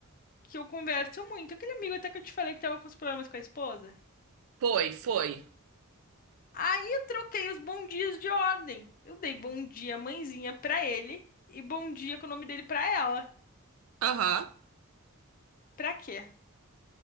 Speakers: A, on the left; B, on the right.
A: que eu converso muito. Aquele amigo até que eu te falei que tava com os problemas com a esposa.
B: Foi, foi.
A: Aí eu troquei os bom dias de ordem. Eu dei bom dia, mãezinha, pra ele e bom dia com o nome dele pra ela.
B: Aham. O
A: Pra quê?